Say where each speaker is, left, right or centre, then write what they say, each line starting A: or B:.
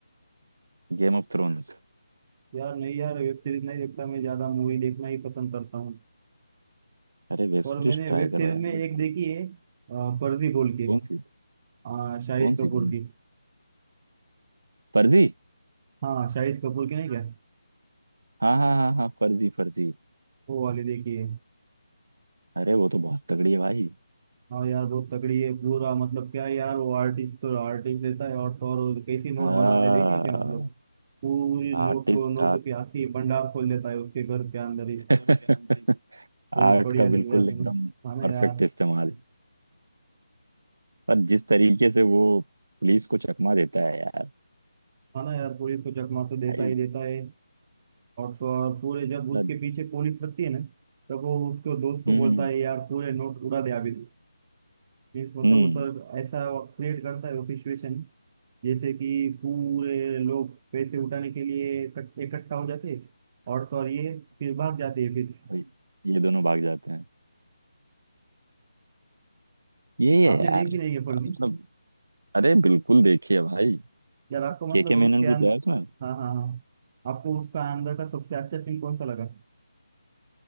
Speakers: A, on the right (about 65°); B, on the right (about 25°).
A: गेम ऑफ थ्रोन्स
B: यार नहीं यार वेब सीरीज नहीं देखता मैं ज्यादा मूवी देखना ही पसंद करता हूँ
A: अरे वेब
B: और
A: सीरीज
B: मैंने
A: ट्राई
B: वेब
A: करो
B: सीरीज
A: यार
B: में एक
A: बिल्कुल
B: देखी है अ, फर्जी बोल के
A: कौन सी
B: अ, शाहिद
A: कौन
B: कपूर
A: सी कौन
B: की
A: सी फर्जी
B: हाँ शाहिद कपूर की नहीं क्या
A: हाँ हाँ हाँ हाँ फर्जी फर्जी
B: वो वाली देखी है
A: अरे वो तो बहुत तगड़ी है भाई
B: हाँ यार बहुत तगड़ी है पूरा मतलब क्या यार वो आर्टिस्ट तो आर्टिस्ट देता है और तो और कैसी नोट
A: हाँ
B: बनाता है देखिए क्या मतलब पूरी
A: Artist
B: नोट को नोट की आखिरी भंडार खोल देता है उसके घर के अंदर ही
A: artist <laughs>
B: बहुत
A: आर्ट
B: बढ़िया
A: का
B: लगे
A: बिल्कुल
B: यार मुझे।
A: एकदम
B: खाना
A: परफेक्ट
B: यार
A: इस्तेमाल पर जिस तरीके से वो पुलिस को चकमा देता है यार
B: खाना यार पुलिस को चकमा तो देता
A: भाई
B: ही देता है और तो और पूरे जब
A: मतलब
B: उसके पीछे पुलिस लगती है ना तब वो उसको दोस्त को
A: हम्म
B: बोलता
A: हम्म
B: है यार पूरे नोट उड़ा दे अभी तो मीन्स मतलब
A: हम्म,
B: उस ऐसा क्रिएट करता है वो सिचुएशन जैसे कि पूरे लोग पैसे उठाने के लिए इकट- इकट्ठा हो जाते हैं और तो और ये फिर भाग जाते हैं फिर
A: भाई, ये दोनों भाग जाते हैं यही है
B: आपने
A: यार
B: देख भी नहीं है फिल्म
A: मतलब अरे बिल्कुल देखिए भाई
B: यार आपको मतलब
A: के के मेनन
B: उसके
A: भी
B: अंदर
A: तो है उसमें
B: हाँ हाँ हाँ आपको उसका अंदर का सबसे अच्छा सीन कौन सा लगा